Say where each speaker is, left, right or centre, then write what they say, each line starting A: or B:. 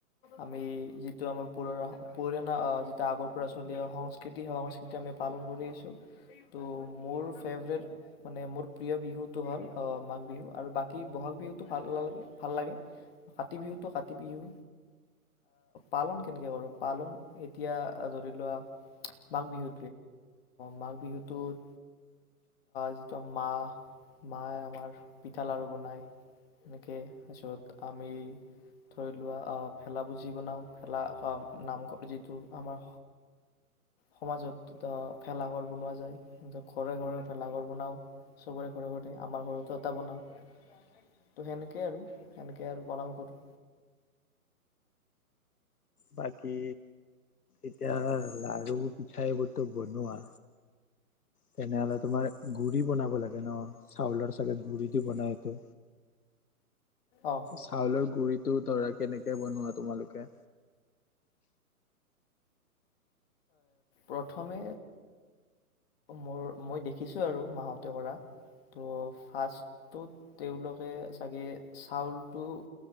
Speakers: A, on the left; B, on the left.
A: আমি যিটো আমাৰ পুৰ পুৰণা যিটো আগৰ পৰা চলি অ সংস্কৃতি সেই সংস্কৃতি। ইতা আমি পালন কৰিছোঁ ত' মোৰ ফেভৰেট মানে মোৰ প্ৰিয় বিহুটো হ'ল মাঘ বিহু আৰু বাকী বহাগ বিহুতটো ভাল নালাগে ভাল লাগে কাতি বিহুতটো কাতি বিহু পালন কেনেকৈ কৰোঁ পালন এতিয়া ধৰি লোৱা মাঘ বিহু। মাঘ বিহুটোত যিটো মা মায়ে আমাৰ পিঠা লাড়ু বনায় সেনেকে পিছত আমি ধৰি লোৱা ভেলাপূজি বনাওঁ ভেলা নামঘৰ যিটো আমাৰ সমাজত ভেলাঘৰ বনোৱা যায় ঘৰে ঘৰে ভেলাঘৰ বনাওঁ চবৰে ঘৰে ঘৰে আমাৰ ঘৰতো এটা বনাওঁ ত' সেনেকেই আৰু সেনেকেই আৰু পালন কৰোঁ।
B: বাকী এতিয়া লাড়ু পিঠাইবোৰতো বনোৱা। তেনেহ'লে তোমাৰ গুড়ি বনাব লাগে ন চাউলৰ চাগে গুড়িটো বনাই এইটো।
A: অ
B: চাউলৰ গুৰিত টো তৰাই কেনেকে বনোৱা তোমালোকে
A: প্ৰথমে মোৰ মই দেখিছোঁ আৰু মাহতে কৰা ত' ফাৰ্ষ্টত তেওঁলোকে চাগে চাউলটো